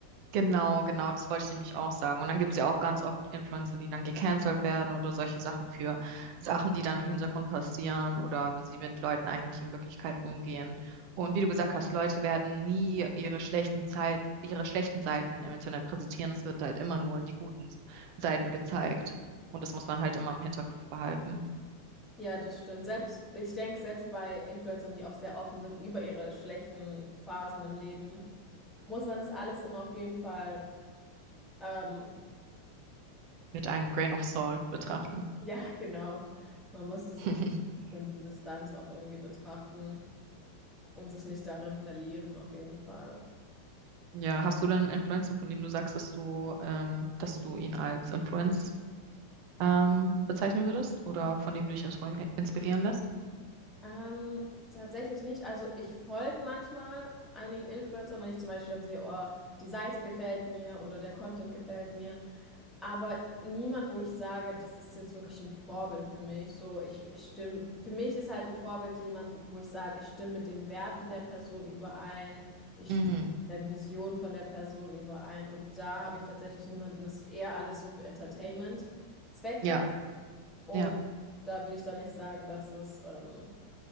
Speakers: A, on the right; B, in the centre.
A: Genau, genau, das wollte ich nämlich auch sagen. Und dann gibt es ja auch ganz oft Influencer, die dann gecancelt werden oder solche Sachen für Sachen, die dann im Hintergrund passieren oder wie sie mit Leuten eigentlich in Wirklichkeit umgehen. Und wie du gesagt hast, Leute werden nie ihre schlechten Zeit, ihre schlechten Seiten im Internet präsentieren. Es wird halt immer nur die guten Seiten gezeigt. Und das muss man halt immer im Hinterkopf behalten,
B: Ja, das stimmt. Selbst, ich denke, selbst bei Influencern, die auch sehr offen sind über ihre schlechten Phasen im Leben, muss man das alles immer auf jeden Fall, ähm,
A: mit einem Grain of Salt betrachten.
B: <laughs> ja, genau. Man muss das
A: <laughs>
B: immer auf einer bestimmten Distanz auch irgendwie betrachten und sich nicht darin verlieren, auf jeden Fall.
A: Ja, hast du denn einen Influencer, von dem du sagst, dass du, ähm, dass du ihn als Influencer ähm, bezeichnen würdest oder von dem du dich inspiri- inspirieren lässt?
B: Ähm, tatsächlich nicht. Also ich folge manchmal einigen Influencern, wenn ich zum Beispiel dann sehe, oh, die Seite gefällt mir oder der Content gefällt mir. Aber niemand, wo ich sage, das ist jetzt wirklich ein Vorbild für mich. So, ich, ich stimme, für mich ist halt ein Vorbild jemand, wo ich sage, ich stimme mit den Werten der Person überein, ich
A: Mhm.
B: stimme mit der Vision von der Person überein. Und da habe ich tatsächlich niemanden. Das ist eher alles so für Entertainment-Zwecke.
A: Ja,
B: Und
A: ja.
B: da würde ich dann nicht sagen, dass es ähm,